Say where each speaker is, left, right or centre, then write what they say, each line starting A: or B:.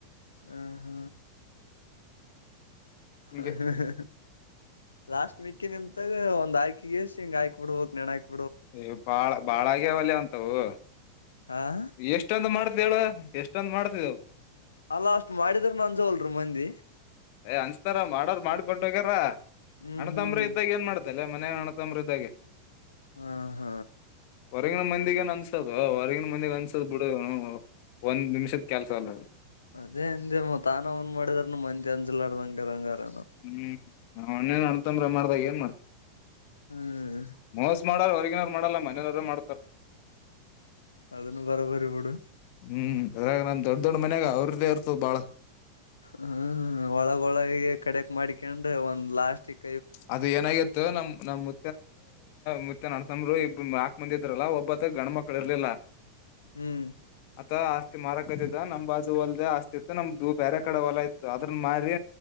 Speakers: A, on the left; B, on the left.
A: ಹ ಹಾ.
B: ಹಿಂಗೆ
A: ಹ ಹ. ಲಾಸ್ಟ ಮಿಕ್ಕಿ ನಿಂತಾಗ ಒಂದ ಆಯ್ಕಿಗೆ ಗೆಷಿ ಹಿಂಗ ಆಯ್ಕ್ ಬುಡಬೇಕ್ ನೆಣ ಆ.
B: ಏ ಬಾಳ ಬಾಳಾಗ್ಯ ಒಲ್ಯ ಅಂತವು ಎಷ್ಟ.
A: ಆ
B: ಎಷ್ಟೊಂದ ಮಾಡ್ತೇಳ ಎಷ್ಟೊಂದ ಮಾಡ್ತಿದ್ದವು.
A: ಅಲ್ಲ ಅಷ್ಟ ಮಾಡಿದ್ರುನು ಅಂಜ ವಲ್ರು ಮಂದಿ.
B: ಏ ಅಂಜತಾರ ಮಾಡರ್ ಮಾಡಿ ಕೊಟ್ಟು ಹೋಗ್ಯಾರ
A: ಹ್ಮ್
B: ಅಣ್ಣತಂಬ್ರ
A: ಹ್ಮ್
B: ಇದ್ದಾಗ ಏನ್ ಮಾಡ್ತಿ. ತಲ್ಲೆ ಮನ್ಯಗ್ ಅಣ್ಣತಮ್ಮರ ಇದ್ದಾಗೆ
A: ಹ್ ಹಾ.
B: ಹೊರಗಿನ ಮಂದಿಗ ಏನ್ ಅಂಜಸದೂ ಹೊರಗಿನ ಮಂದಿಗ ಅಂಜಸದ್ ಬುಡುನೌನ್ ಒಂದ್ ನಿಮಿಷದ ಕೆಲ್ಸ ಅಲ್ಲ.
A: ಅದೇ ಅಂದೆ ಮತ್ತ ಆನಮನಿ ಮಾಡಿದಾರ ಮಂದಿ ಅಂಜಲರಾದಂಗ್ ಇರಂಗಾರನು
B: ಹ್ಮ್ ನಮ್ಮನೇನ ಅಣ್ಣತಮ್ಮರೇ ಮಾಡಿದಾಗ ಏನ್ ಮಾಡ್ತಿ
A: ಹ್ಮ್
B: ಮೋಸ್ ಮಾಡಾರ ಹೊರಗಿನವ್ರು ಮಾಡಲ್ಲ ಮನೆಯನವರೆ ಮಾಡ್ತಾರ
A: ಅದುನು ಬರಾಬರಿಬಿಡು.
B: ಹ್ಮ್ ಅದ್ರಾಗ ನಮ್ ದೊಡ್ಡ ದೊಡ್ಡ ಮನ್ಯಾಗ ಅವ್ರದ್ದ ಇರ್ತದ ಬಾಳ.
A: ಹ್ಮ್ ಒಳಗೊಳಗೆ ಕಡಕ್ ಮಾಡಿಕಾಂತ ಒಂದ್ ಲಾಸ್ಟಿಕ್
B: ಅದು ಏನಾಗಿತ್ತು ನಮ್ ನಮ ಮು ಮುತ್ಯ ಅಂದು ಅಣ್ಣ ತಂಬ್ರು ಇಬ್ ನಾಕ್ ಮಂದಿದ್ರಲ್ಲ ಒಬ್ಬತ್ತ ಗಂಡ ಮಕ್ಳ ಇರ್ಲಿಲ್ಲ.
A: ಹ್ಮ್
B: ಆತ ಆಸ್ತಿ ಮಾರಕತ್ತಿದ್ದ ನಮ್ ಬಾಜು ಹೊಲ್ದದೆ ಆಸ್ತಿ ಇತ್ತು ನಮ್ದು ಬೇರೆ ಕಡೆ ಹೊಲ ಇ ಅದ್ರನಾ ಮಾರಿ